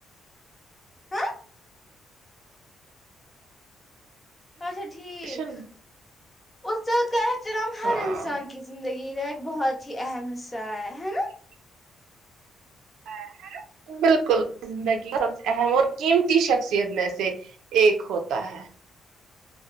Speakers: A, on the left; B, on the right.
A: ہاں اچھا ٹھیک
B: ٹیوشن
A: استاد کا احترام ہر
B: ہاں
A: انسان کی زندگی کا ایک بہت ہی اہم حصہ ہے ہے نا
B: زندگی کا ایک بہت ہی اہم حصہ ہے ہے نا بالکل زندگی سب سے اہم اور قیمتی شخصیت میں سے ایک ہوتا ہے